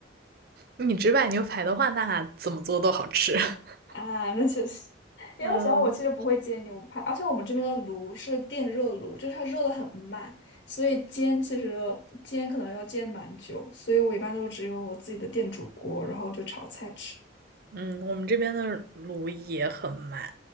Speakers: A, on the right; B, on the left.
A: 你只买牛排的话，那怎么做都好吃。<laughs>
B: 啊，那确实，<laughs> 因为主要我其实不会煎牛排，
A: 嗯
B: 而且我们这边的炉是电热炉，就是它热的很慢，所以煎其实煎可能要煎蛮久，所以我一般都只有我自己的电煮锅，然后就炒菜吃。
A: 嗯，我们这边的卤也很慢，